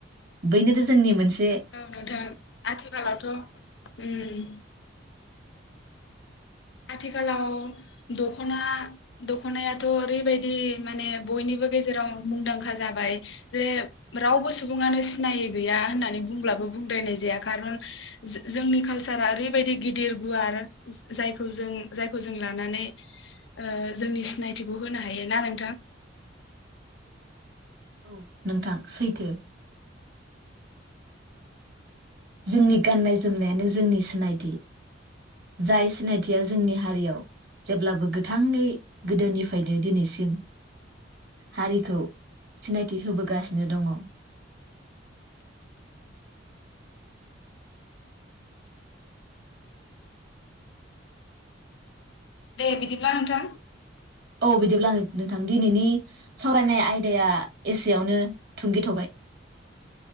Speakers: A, on the right (about 55°); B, on the left (about 70°).
A: बैनोथ' जोंनि मोनसे
B: औ नोथां आथिखालावथ' ओम आथिखालाव दख'ना दख'नायाथ' ओरैबायदि माने बयनिबो गेजेराव मुंदांखा जाबाय जे रावबो सुबुङानो सिनायै गैया होननानै बुंब्लाबो बुंद्रायनाय जाया कारन जो-जोंनि कालचारा ओरैबायदि गिदिर गुवार जायखौ जों जायखौ जों लानानै ओ जोंनि सिनायथिखौ होनो हायो ना नोंथां?
A: औ नोंथां सैथो जोंनि गाननाय जोमनायानो जोंनि सिनायथि जाय सिनायथिया जोंनि हारियाव जेब्लाबो गोथाङै गोदोनिफ्रायनो दिनैसिम हारिखौ सिनायथि होबोगासिनो दङ
B: दे बिदिब्ला नोंथां
A: औ बिदिब्ला नोंथां दिनैनि सावरायनाय आयदाया एसेयावनो थुंगेथ'बाय